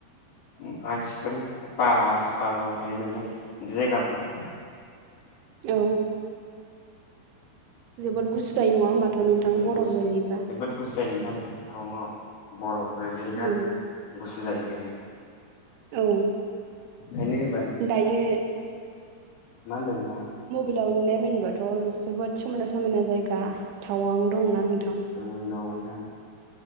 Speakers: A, on the left; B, on the right.
A: मानसिफोर साफा साफाल' थायो नोंथां बिदि जायगाफ्राव
B: औ जोबोद गुसु जायो नङा होनोमबाथ' नोंथां बराव
A: गुसु
B: गोलैबा
A: जोबोद गुसु जायो नोंथां टावाव बरफ गोलैयो ना
B: औ
A: नोंथां गुसु जायो ओंखायनो
B: औ
A: ओंखायनो एबार
B: दायो
A: मा होनदों नोंथाङा
B: मबाइलाव नुनाय बायदिबाथ' जोबोद समायना समायना जायगा टावां दंना नोंथां
A: ओं दङ नोंथां